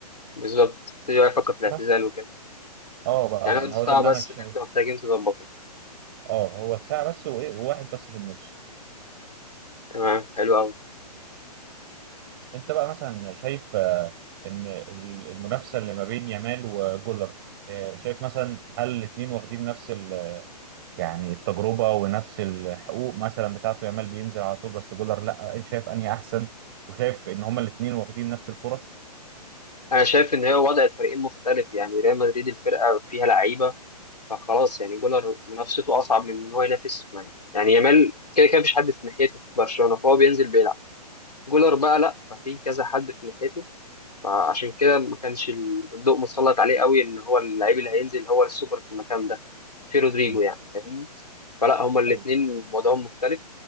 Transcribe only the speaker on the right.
بس
اه بقى
يعني
هو ده اللي
انا شايف
اه هو دفاع بس وايه وواحد بس في النص
انت بقى مثلا شايف آه، ان ال- المنافسه اللي ما بين يامال وجولر آه، شايف مثلا هل الاثنين واخدين نفس ال يعني التجربة ونفس الحقوق مثلا بتاعته يامال بينزل على طول بس جولر لا شايف انهي احسن وشايف ان هما الاثنين واخدين نفس الفرص
مم.
ايوه